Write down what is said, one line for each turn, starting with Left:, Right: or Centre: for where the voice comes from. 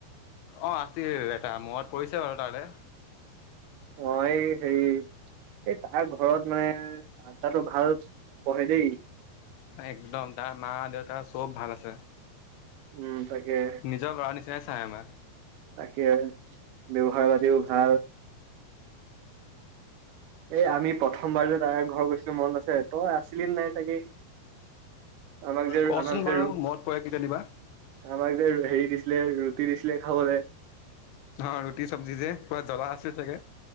Left: অ', আছিল এটা মনত পৰিছে বাৰু তাৰলে।
Right: ত‌ই হেৰি এই তাৰ ঘৰত মানে আড্ডাটো ভাল বহে। দেই
Left: একদম টা মা, দেউতা চব ভাল আছে।
Right: উম তাকে,
Left: নিজৰ ল'ৰা নিচিনাই চাই আমাক
Right: তাকে, ব্যৱহাৰ পাতিও ভাল। এই আমি প্ৰথমবাৰ যে তাৰ ঘৰ গৈছিলো মনত আছে? তই আছিলি নাই চাগে, আমাক যে,
Left: কচোন
Right: আমাক
Left: বাৰু
Right: যে, ৰু,
Left: মনত পৰে কিজানিবা
Right: আমাক যে হেৰি দিছিলে ৰুটি দিছিলে খাবলে।
Left: হ ৰুটি চব্জি যে। পোৰা জ্বলা আছিল চাগে,